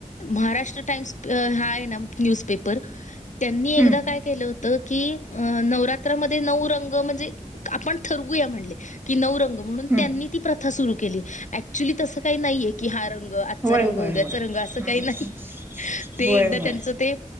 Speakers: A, on the left; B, on the right.
A: महाराष्ट्र टाइम्स हा आहे ना न्यूजपेपर. त्यांनी एकदा
B: हम्म
A: काय केलं होत की, अ नवरात्रामध्ये नऊ रंग म्हणजे आपण ठरवूया म्हणले. की नऊ रंग म्हणून
B: हम्म
A: त्यांनी ती प्रथा सुरू केली. ऍक्च्युली तसं काही नाहीये. की हा रंग. आजचा
B: होय
A: रंग,
B: होय
A: उद्याचा
B: होय
A: रंग. असं
B: हम्म
A: काही नाहीये. ते
B: होय
A: एकदा
B: होय
A: त्यांच ते